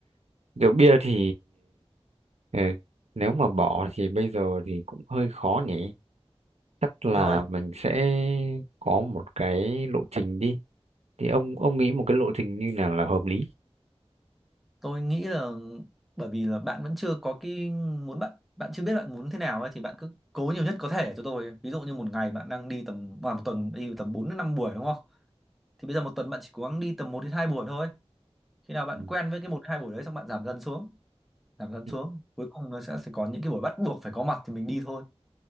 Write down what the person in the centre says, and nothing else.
đúng
rồi
tôi nghĩ là bởi vì là bạn vẫn chưa có cái muốn bạn bạn chưa biết bạn muốn thế nào ấy thì bạn cứ cố nhiều nhất có thể cho tôi ví dụ như một ngày bạn đang đi tầm à, một tuần đi tầm 4 đến 5 buổi đúng không thì bây giờ một tuần bạn chỉ cố gắng đi tầm một đến 2 buổi thôi khi nào bạn
quen với cái một đến 2 buổi đấy xong bạn giảm dần xuống giảm dẫn
xuống cuối cùng nó sẽ, sẽ có những cái buổi bắt buộc phải có mặt thì mình đi thôi